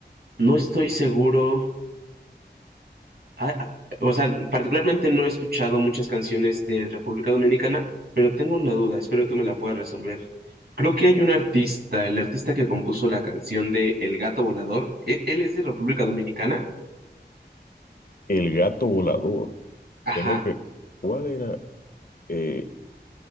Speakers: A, on the right (about 65°); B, on the left (about 55°).
A: no estoy seguro. Ah, ah, o sea, particularmente no he escuchado muchas canciones de República Dominicana, pero tengo una duda, espero tú me la puedas resolver. Creo que hay un artista, el artista que compuso la canción de El Gato Volador, ¿e- él es de República Dominicana?
B: El Gato Volador.
A: Ajá,
B: Tengo que... ¿Cuál era? Eh,